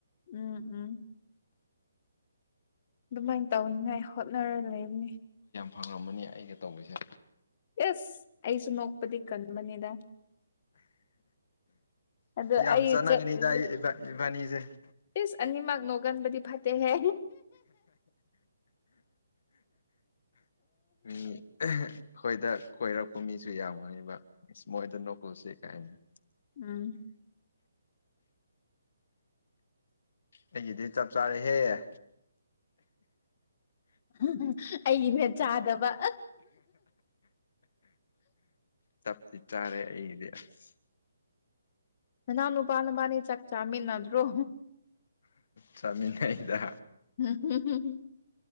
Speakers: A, on the left; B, on the left.
A: ꯎꯝ ꯎꯝ ꯑꯗꯨꯃꯥꯏꯅ ꯇꯧꯅꯤꯉꯥꯏ ꯍꯣꯠꯅꯔ ꯂꯩꯕꯅꯤ
B: ꯐꯪꯉꯝꯃꯅꯤ ꯑꯩꯒ ꯇꯧꯕꯁꯦ
A: ꯏꯁ ꯑꯩꯁꯨ ꯅꯣꯛꯄꯗꯤ ꯀꯟꯕꯅꯤꯗ ꯑꯗꯨ
B: ꯌꯥꯝ
A: ꯑꯩ
B: ꯆꯥꯟꯅꯒꯅꯤꯗ
A: ꯆꯠꯂꯤꯗꯤ
B: ꯑꯩ ꯏꯕꯥꯅꯤꯁꯦ <inaudible>
A: ꯏꯁ ꯑꯅꯤꯃꯛ ꯅꯣꯛꯒꯟꯕꯗꯤ ꯐꯠꯇꯦꯍꯦ
B: ꯎꯝ ꯑꯩꯈꯣꯏꯗ ꯀꯣꯏꯔꯛꯄ ꯃꯤꯁꯨ ꯌꯥꯝꯒꯅꯤꯕꯕ ꯑ ꯃꯣꯏꯗ ꯀꯥꯏꯅ
A: ꯎꯝ
B: ꯑꯩꯒꯤꯗꯤ ꯆꯞ ꯆꯥꯔꯦꯍꯦ
A: ꯎꯝ ꯑꯩꯒꯤꯅꯦꯠ ꯆꯥꯗꯕ
B: ꯆꯞ ꯇꯤ ꯆꯥꯔꯦ ꯑꯩꯗꯤ ꯑꯁ
A: ꯅꯥꯅꯎ ꯅꯨꯄ ꯅꯕꯅꯤ ꯆꯥꯛ ꯆꯃꯤꯟꯅꯗ꯭ꯔꯣ
B: ꯆꯃꯤꯅꯅꯩꯗ
A: ꯍꯝ ꯍꯝ